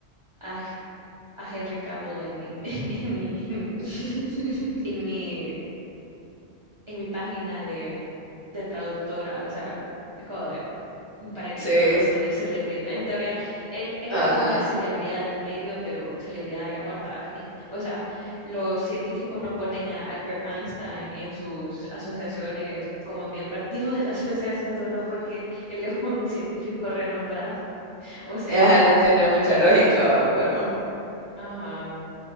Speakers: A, on the right (about 35°); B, on the left (about 30°).
A: a, a Henry Cavill en, en, <laughs> en mi, en mi,
B: <laughs>
A: en mi en mi página de, de traductora, o sea, es como de, ¿para qué
B: Sí,
A: tengo
B: es-
A: que poner celebridad? En teoría, él, él
B: ajá.
A: es como la celebridad del medio, pero celebridad ya muerta. <laughs> Y, O sea, los científicos no ponen a Albert Einstein en sus asociaciones como miembro activo de la <laughs> asociación solo porque él es un científico renombrado. <laughs> O sea,
B: Ajá, no tiene mucha lógica, va, pero.
A: ajá.